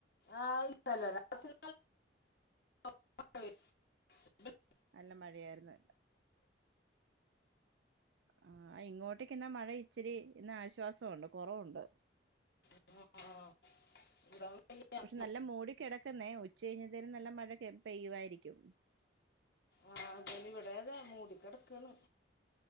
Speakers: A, on the left; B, on the right.
A: ആഹ് അല്ല രാത്രി <unintelligible>
B: നല്ല മഴയായിരുന്നു ഇല്ല ആഹ് ഇങ്ങോട്ടേയ്ക്ക് ഇന്നാ മഴ ഇച്ചിരി ഇന്ന് ആശ്വാസവുണ്ട് കൊറവുണ്ട്
A: അഹ് ആഹ് ആഹ് <unintelligible> താൻ കിട്ടോങ്കി <unintelligible>
B: പക്ഷെ നല്ല മൂടി കെടക്ക്‌ന്നേ ഉച്ച കഴിഞ്ഞ് എന്തായാലും നല്ല മഴക്കെ പെയ്യുവായിരിക്കും
A: ആഹ് അതെ ഇവിടെ അതെ മൂടി കെടക്കാണ്